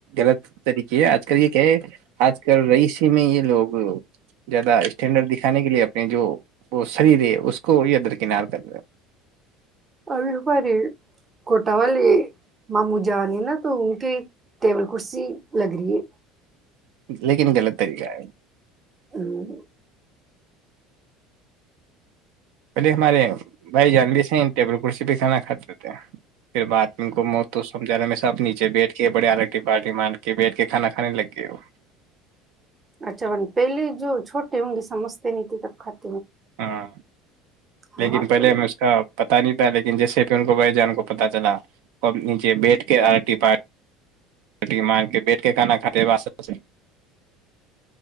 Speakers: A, on the right (about 75°); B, on the right (about 15°).
A: لت طریقے ہے آج کل یہ کیا ہے آج کل رئیسی میں یہ لوگ زیادہ اسٹینڈرڈ دکھانے کے لیے کہ جو وہ سری دے اس کو کووریادرک ن کر
B: ابھی ہمارے کوٹا والے ماموں جانی نا تو ٹیبل کرسی لگ رہی ہے
A: لیکن غلط طریقہ ہے
B: ہممم
A: پہلے ہمارے بھائی جان بھی سے ٹیبل کرسی پہ کھانا کھاتے تھے پھر بعد میں ان کو موت تو سمجھانے میں سب نیچے بیٹھ کے بڑے ہالٹی پارٹی مار کے بیٹھ کےھانا کھانے لگ گ ہو
B: اچھانہ پہلے جو چھوٹے ہوں گے سمجھتے نہیں تھے تب ک
A: ہاں
B: ہاں
A: لیکن پہلے
B: تو
A: ہمیں اس کا پتاہ نہیں تھا لیکن دن جیسے پہ ان کو بھائی جان کو پتا چلا ک نیچے بیٹھ کے آرٹی پار چھٹی مان کے بیٹھ کے کھانا کھاتے واسطے